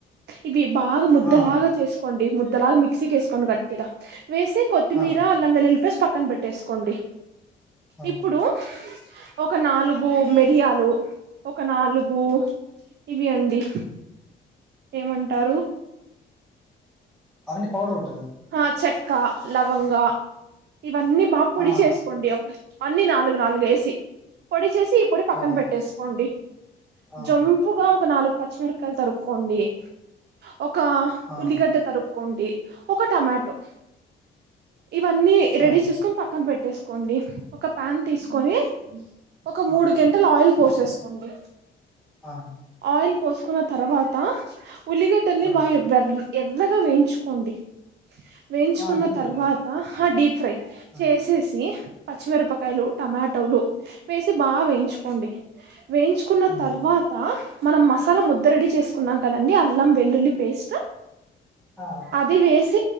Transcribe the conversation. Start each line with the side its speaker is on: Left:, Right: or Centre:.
Right: ఇవి బాగా ముద్దలాగా
Centre: ఆ
Right: చేసుకోండి ముద్ ద్దలాగ మిక్సీకేసుకోండి గట్టిగా వేసి కొత్తిమీర
Centre: ఆ
Right: అల్లం వెల్లుల్లి పేస్ట్ పక్ క్కన పెట్టేసుకోండి
Centre: ఆ
Right: ఇప్పుడు ఒక నాలుగు మిరియాలు ఒక నాలుగు ఇవి అండి ఏమంటారు
Centre: అవన్నీ పౌడర్ గొ
Right: హా చె క్క లవంగా ఇవన్నీ బా పొడి
Centre: ఆ
Right: చేసుకోండి ఒక అన్నీ నాలుగు నాలుగు ఏసి పొడి చేసి ఈ పొడి పక్కన
Centre: అదే
Right: పెట్టేసుకోండి
Centre: ఆ
Right: జంపుగా ఒక నాలుగు పచ్చిమిరక్కాయలు తరుక్కోండి ఒక
Centre: ఆ
Right: ఉల్లిగడ్డ తరు కోండి ఒక టమాటో ఇవన్నీ రెడీ
Centre: ఆ ఆ
Right: చేసుకొని పక్కన పెట్టేసు కోండి ఒక పాన్ తీసుకొని ఒక మూడు
Centre: ఆ
Right: గెంటెలు ఆయిల్ పోసేసుకోండి
Centre: ఆ
Right: ఆయిల్ పోసుకున్న తర్వాత ఉలిగడ్డల్ని
Centre: ఆ
Right: బా ఎర్రా వేయించుకోండి వేయించుకున్న
Centre: ఆ డీప్ ఫ్రై
Right: తర్వాత ఆ డీప్ ఫ్రై
Centre: ఆ
Right: చేసేసి పచ్చమేర పకాయలు టొమాటోలు వేసి బా వేయించుకోండి వేయించుకున్న
Centre: ఆ
Right: తర్వాత మనం మసాలా ముద్ద రెడీ చేసుకున్నాం కదండి అల్లం వెల్లుల్లి పేస్ట్
Centre: ఆ
Right: అది వేసి